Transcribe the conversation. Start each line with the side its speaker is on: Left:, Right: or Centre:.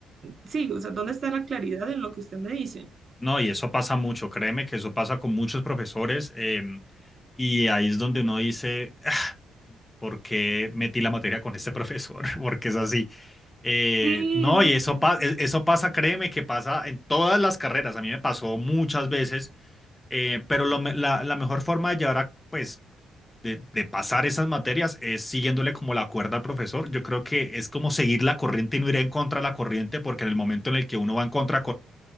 Right: sí, o sea, ¿dónde está la claridad en lo que usted me dice?
Left: No, y eso pasa mucho, créeme que eso pasa con muchos profesores em, y ahí es donde uno dice, "Ah, ¿por qué metí la materia con este profesor? <laughs> Porque es así. Eh,
Right: Sí,
Left: no,
Right: sí,
Left: y eso,
Right: sí,
Left: pa-
Right: sí.
Left: e- eso pasa, créeme que pasa en todas las carreras, a mí me pasó muchas veces, eh, pero lo me- la, la mejor forma de llevar a, pues, de, de pasar esas materias es siguiéndole como la cuerda al profesor. Yo creo que es como seguir la corriente y no ir en contra de la corriente, porque en el momento en el que uno va en contra